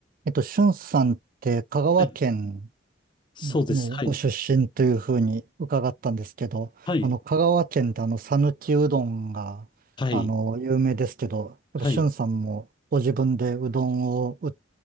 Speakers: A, on the right; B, on the left.
A: えっと、しゅんさんって香川県
B: はい。そうです。
A: のご出身というふうに伺ったんですけど、
B: はい。はい。
A: あの、香川県ってあの、讃岐うどんが、
B: はい。
A: あの、有名ですけど、やっぱしゅんさんもご自分でうどんを売
B: はい。